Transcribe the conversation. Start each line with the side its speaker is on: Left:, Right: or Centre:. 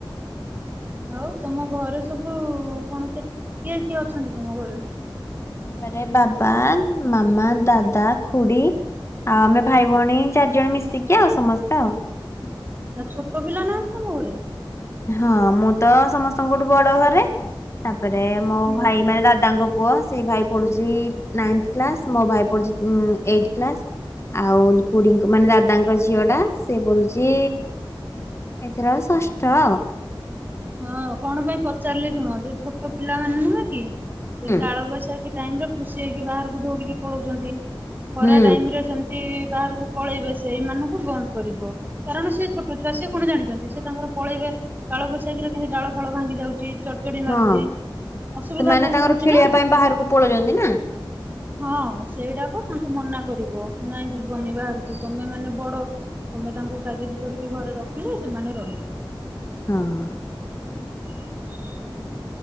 Right: ଆଉ ତମ ଘରେ ସବୁ କଣ କେ କିଏ କିଏ ଅଛନ୍ତି ତମ ଘରେ?
Left: ଆମ ଘରେ ବାବା, ମାମା, ଦାଦା, ଖୁଡି। ଆଉ ଆମେ ଭାଇ, ଭଉଣୀ ଚାରିଜଣ ମିଶିକି ଆଉ ସମସ୍ତେ ଆଉ।
Right: ଆ ଛୋଟ ପିଲା ନାହାନ୍ତି ତମ ଘରେ?
Left: ହଁ ମୁଁ ତ ସମସ୍ତଙ୍କଠୁ ବଡ ଘରେ ତାପରେ ମୋ
Right: ହୁଁ
Left: ଭାଇ ମାନେ ଦାଦାଙ୍କ ପୁ ପୁଅ ସେ ଭାଇ ପଢୁଛି ନାଇଥ୍ କ୍କ୍ଲାସ୍ ମୋ ଭାଇ ପଢୁଛି ଉଁ ଏଇଟ୍ କ୍ଲାସ୍। ଆଉ ଖୁଡିଙ୍କ ମାନେ ଦାଦାଙ୍କ ଝିଅ ଟା ସେ ପଢୁଛି। ଏଥର ଷଷ୍ଠ।
Right: ହଁ କଣ ପାଇଁ ପଚାରିଲି ଶୁଣ ଯୋଉ ଛୋଟ ପିଲା ମାନେ ନୁହଁ କି ଏ
Left: ହୁଁ
Right: କାଳ ବୈଶାଖୀ। ଟାଇମ୍ ରେ ଖୁସି ହେଇକି ବାହାରକୁ ଦୌଡିକି ପଳଉଛନ୍ତି ଖରା
Left: ହୁଁ।
Right: ଟାଇମ୍ ରେ ସେମ୍ ଯଦି ବାହାରକୁ ପଳେଇବେ ସେଇମାନଙ୍କୁ ବନ୍ଦ କରିବ। କାରଣ ସେ ଛୋଟ ଛୁଆ ସେ କଣ ଜାଣିଛନ୍ତି, ସେ ତାଙ୍କର ପଳେଇବେ କାଳ ବୈଶା- ବୈଶାଖୀରେ କେମିତି ଡାଳ ଫାଳ ଭାଙ୍ଗି ଯାଉଛି, ଚଡ୍ ଚଡ୍ ଚଡି ମାରୁଛି
Left: ହଁ
Right: ଅସୁବିଧା
Left: ସେମାନେ
Right: ବହୁତ
Left: ତାଙ୍କର
Right: ହଉଛି
Left: ଖେଳିବା
Right: ଛିନା।
Left: ପାଇଁ ବାହାରକୁ ପଳଉଛନ୍ତି ନା
Right: ହଁ ସେଇଟାକୁ ତାଙ୍କୁ ମନା କରିବ ନାଇଁ ଯିବନି ବାହାରକୁ ତମେ ମାନେ ବଡ। ତମେ ତାଙ୍କୁ ତାଗିଦ୍ କରିକି ଘରେ ରଖିଲେ ସେମାନେ ରହିବେ।
Left: ହଁ।
Right: <inaudible>